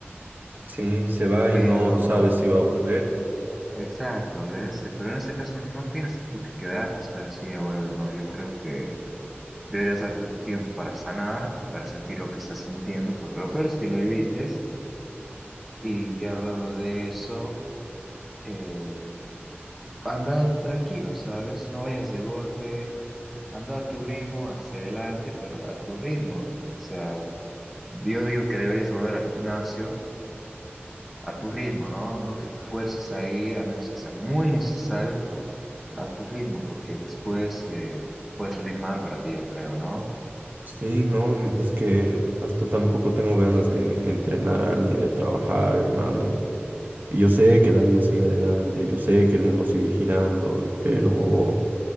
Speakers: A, on the right; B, in the centre.
A: Sí, se va
B: pero,
A: y no sabes si va a volver.
B: exacto, ¿ves? Pero en este caso no tienes tú que quedarte, espera si ella vuelve o no. Yo creo que deberías darte tu tiempo para sanar y para sentir lo que estás sintiendo, porque lo peor es que lo evites y ya luego de eso, eh, anda tranquilo, ¿sabes? No vayas de golpe. Anda a tu ritmo, hacia adelante, pero a tu ritmo. O sea, yo digo que deberías volver al gimnasio a tu ritmo, ¿no? No que te fuerces a ir, a menos que sea muy necesario, pero a tu ritmo, porque después eh, puede salir mal para ti, yo creo, ¿no?
A: Sí, no, es que hasta tampoco tengo ganas de entrenar ni de trabajar, hermano. Y yo sé que la vida sigue adelante, yo sé que el mundo sigue girando, pero